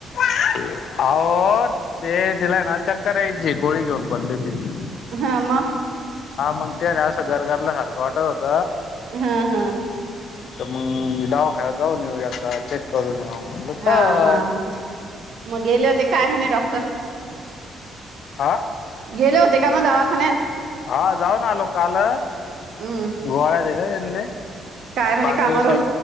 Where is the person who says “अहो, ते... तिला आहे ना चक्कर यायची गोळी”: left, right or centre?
Left